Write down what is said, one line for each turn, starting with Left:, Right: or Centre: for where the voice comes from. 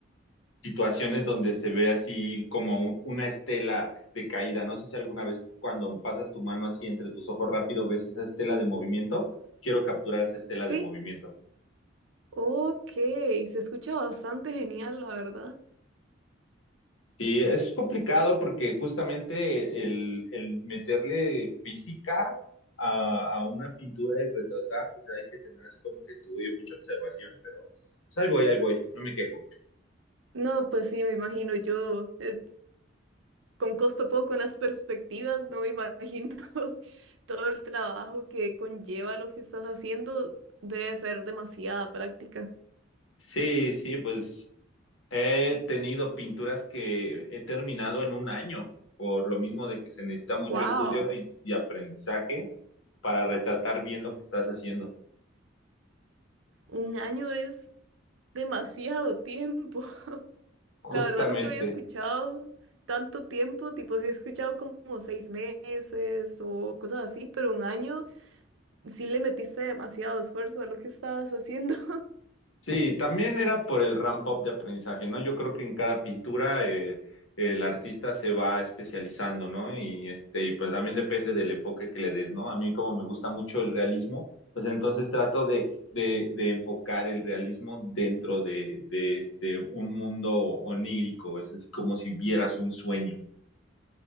Left: situaciones donde se ve así como un- una estela de caída. No sé si alguna vez cuando pasas tu mano así entre tus ojos rápido ves esa estela de movimiento. Quiero capturar esa estela
Right: sí,
Left: de movimiento.
Right: ok, se escucha bastante genial, la verdad.
Left: Y es complicado porque justamente el, el meterle física a, a una pintura y retratar, pues hay que tener así como que estudio, mucha observación, pero pues ahí voy, ahí voy, no me quejo.
Right: No, pues sí, me imagino yo. eh, con costo poco, con las perspectivas, no me imagino <laughs> todo el trabajo que conlleva lo que estás haciendo, debe ser demasiada práctica.
Left: Sí, sí, pues He tenido pinturas que he terminado en un año, por lo mismo de que se necesita mucho
Right: ¡Wow!
Left: estudio y, y aprendizaje para retratar bien lo que estás haciendo.
Right: Un año es demasiado tiempo. <laughs>
Left: Justamente.
Right: La verdad nunca había escuchado tanto tiempo, tipo sí he escuchado como seis meses o cosas así, pero un año sí le metiste demasiado esfuerzo a lo que estabas haciendo. <laughs>
Left: Sí, también era por el ramp-up de aprendizaje, ¿no? Yo creo que en cada pintura eh, el artista se va especializando, ¿no? Y, este, y pues también depende del enfoque que le des, ¿no? A mí como me gusta mucho el realismo, pues entonces trato de, de, de enfocar el realismo dentro de, de este, un mundo onírico, es así como si vieras un sueño.